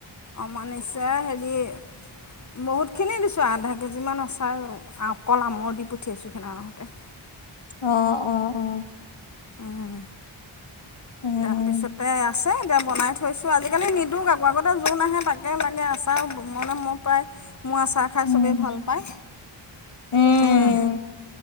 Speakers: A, on the left; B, on the left.
A: অমা নিছে হেৰি বহুতখিনি দিছোঁ, আধা কেজিমান আচাৰ অকল আমৰ দি পঠিয়াইছোঁ সেইনাখন আহোঁতে।
B: অ অ অ
A: উম,
B: উম
A: তাৰপিছত তে আছে এতিয়া বনাই থৈছোঁ, আজিকালি নিদিওঁ কাকো আগতে যোন আহে তাকে লাগে আচাৰ মানে মোৰ প্ৰায় মোৰ আচাৰ খাই
B: উম
A: চবেই ভাল পায়,
B: উম,
A: এয়া,